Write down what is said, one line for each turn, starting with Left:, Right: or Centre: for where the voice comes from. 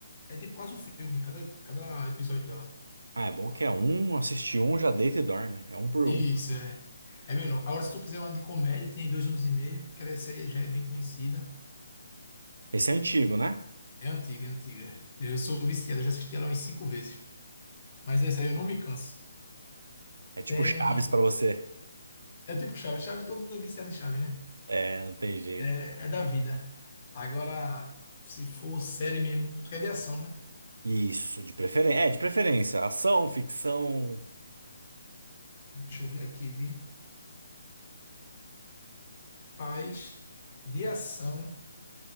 Left: É tipo quase um filme, cada, cada episódio dela.
Right: Ah, é bom que é um, assiste um, já deita e dorme. É um por
Left: Isso,
Right: um.
Left: é. É menor. Agora, se tu quiser uma de comédia, tem dois anos e meio, que essa aí já é bem conhecida.
Right: Esse é antigo, né?
Left: É antiga, é antiga. Eu sou viciado, eu já assisti ela umas cinco vezes. Mas essa aí eu não me canso.
Right: É tipo
Left: Tem.
Right: Chaves pra você.
Left: É tipo Chaves, Chaves, todo mundo é viciado em Chaves, né?
Right: É, não tem jeito.
Left: É, é da vida. Agora, se for série mesmo, porque é de ação, né?
Right: Isso, de preferência. É, de preferência. Ação, ficção.
Left: Então, deixa eu ver aqui, vi. paz, de ação.